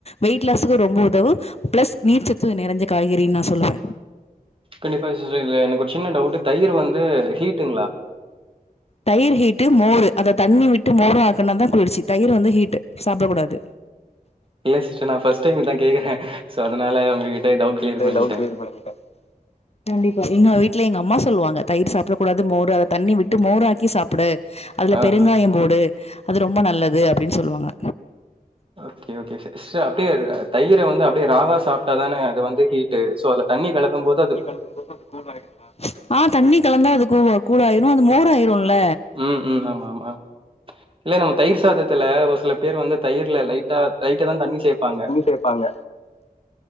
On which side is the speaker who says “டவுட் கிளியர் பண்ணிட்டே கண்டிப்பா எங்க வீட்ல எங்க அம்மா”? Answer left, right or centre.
Left